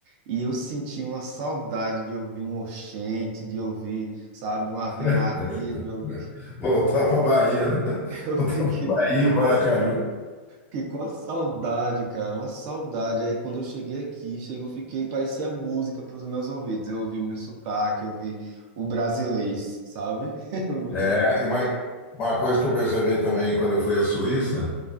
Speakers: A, on the right; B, on the left.
A: E eu senti uma saudade de ouvir um oxente, de ouvir sabe? Uma Ave
B: <laughs>
A: Maria de ouvir.
B: voltar para Bahia, né?
A: <laughs> Eu
B: Voltar
A: fiquei
B: para Bahia, Paracaju.
A: com a, fiquei com a saudade, cara, uma saudade. Aí quando eu cheguei aqui, chegou, eu fiquei, parecia música para os meus ouvidos. Eu ouvi meu sotaque, eu ouvi o brasilês, sabe? <laughs> Muito
B: É,
A: bom.
B: é, é, mas uma coisa que eu percebi também quando eu fui à Suíça